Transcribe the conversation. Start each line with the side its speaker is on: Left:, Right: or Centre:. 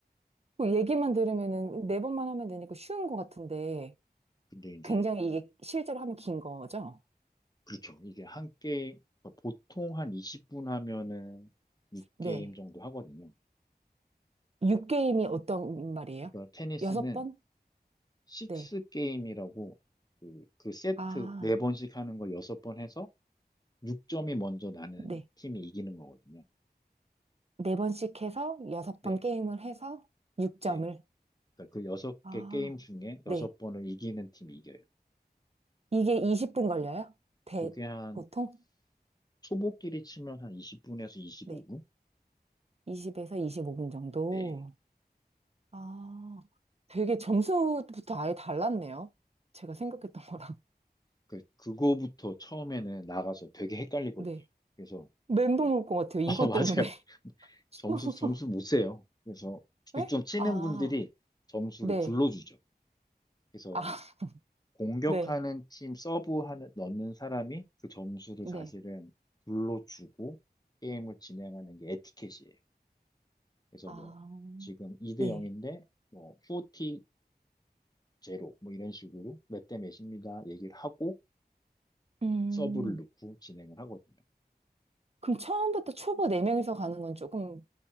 Right: 그 얘기만 들으면은 네 번만 하면 되니까 쉬운 것 같은데,
Left: 근데 이제,
Right: 굉장히 이게 실제로 하면 긴 거죠?
Left: 그렇죠. 이게 한 게임, 보통 한 20분 하면은 6게임
Right: 네.
Left: 정도 하거든요.
Right: 6게임이
Left: 그러니까,
Right: 어떤 말이에요?
Left: 그러니까 테니스는
Right: 여섯 번?
Left: 식스
Right: 네.
Left: 게임이라고 그, 그 세트
Right: 아,
Left: 네 번씩 하는 걸 여섯 번 해서 6점이 먼저 나는
Right: 네.
Left: 팀이 이기는 거거든요.
Right: 네 번씩 해서 여섯
Left: 네,
Right: 번 게임을 해서 6점을.
Left: 네. 그러니까 그 여섯
Right: 아,
Left: 개 게임 중에
Right: 네.
Left: 여섯 번을 이기는 팀이 이겨요.
Right: 이게 20분 걸려요? 대,
Left: 그게 한
Right: 보통?
Left: 초보끼리 치면 한 20분에서 25분?
Right: 네. 20에서 25분 정도.
Left: 네.
Right: 아, 되게 점수부터 아예 달랐네요. 제가 생각했던 거랑.
Left: 그, 그거부터 처음에는 나가서 되게 헷갈리거든요.
Right: <laughs> 네.
Left: 그래서,
Right: 멘붕
Left: 좀-
Right: 올 것 같아요. 이것
Left: <laughs> 어, 맞아요.
Right: 때문에. <laughs>
Left: 점수, 점수 못 세요. 그래서
Right: 네?
Left: 좀 치는
Right: 아,
Left: 분들이 점수를
Right: 네.
Left: 불러주죠. 그래서
Right: 아,
Left: 공격하는
Right: 네,
Left: 팀 서브하는 넣는 사람이 그 점수를
Right: 네.
Left: 사실은 불러주고 게임을 진행하는 게 에티켓이에요. 그래서
Right: 아,
Left: 뭐 지금 2 대
Right: 네.
Left: 0인데 뭐 40 제로 뭐 이런 식으로 몇 대 몇입니다 얘기를 하고
Right: 음.
Left: 서브를 넣고 진행을 하거든요.
Right: 그럼 처음부터 초보 4명이서 가는 건 조금